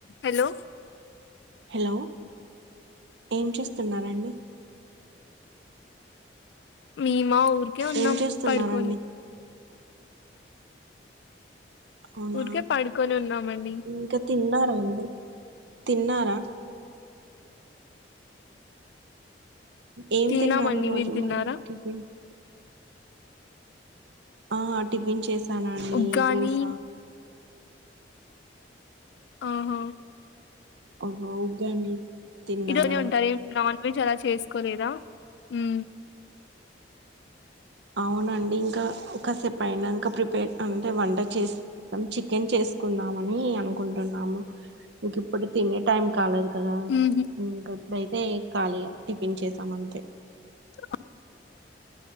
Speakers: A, on the left; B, on the right.
A: Hello
B: hello ఏం చేస్తున్నరండి?
A: మెమా ఊరికే ఉన్నాం
B: ఏం చేస్తున్నారండి
A: పడుకొని
B: అవునా
A: ఊరికే పడుకొని ఉన్నామండి.
B: ఇంకా తిన్నారా అండి తిన్నారా? ఏం
A: తిన్నామండి
B: తిన్నారు ఈరోజు
A: మీరు తిన్నారా
B: మరి టిఫిన్? ఆహ టిఫిన్ చేసానండి
A: ఉగ్గాని
B: దోశ
A: ఆహ
B: ఓహో ఉగ్గాని తిన్నారా
A: ఇరోజే ఉంటారు ఏం నాన్ వెజ్ అలా చేసుకోలేదా ఉ
B: అవునండి ఇంకా ఒకసేపు అయినాంక ప్రిపేర్ అంటే వంట చేసి త్తం చికెన్ చేసుకుందామని అనుకుంటున్నాము ఇంక ఇప్పుడు తినే టైం కాలేదు. కదా
A: ఉహు
B: ఇంకా ఎప్పుడైతే కళీగా టిఫిన్ చేసామంతే
A: <inaudible>